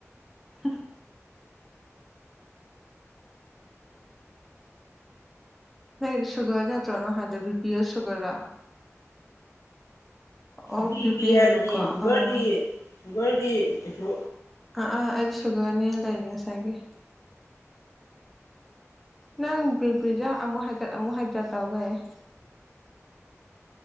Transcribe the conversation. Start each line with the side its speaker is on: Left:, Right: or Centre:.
Centre: <unintelligible> ꯅꯪꯒꯤꯗꯤ ꯁꯨꯒꯔ ꯅꯠꯇ꯭ꯔꯣꯅ ꯍꯥꯏꯗ ꯕꯤ ꯄꯤ ꯑꯣ ꯁꯨꯒꯔꯔꯥ꯫ ꯑꯣ
Left: ꯕꯤ
Centre: ꯕꯤꯄꯤ
Left: ꯄꯤ ꯍꯥꯏꯕꯅꯤ
Centre: ꯍꯥꯏꯕꯀꯣ
Left: ꯁꯨꯒꯔꯗꯤ
Centre: ꯑꫭ
Left: ꯁꯨꯒꯔꯗꯤ ꯀꯩꯁꯨ
Centre: ꯑ ꯑ ꯑꯗꯤ ꯁꯒꯔꯅꯦ ꯂꯩꯅꯦ ꯉꯁꯥꯏꯒꯤ ꯅꯪ ꯕꯤꯄꯤꯔꯥ ꯑꯃꯨꯛ ꯍꯥꯏꯒꯠ ꯑꯃꯨꯛ ꯍꯥꯏꯗ ꯇꯧ ꯂꯩꯔꯦ꯫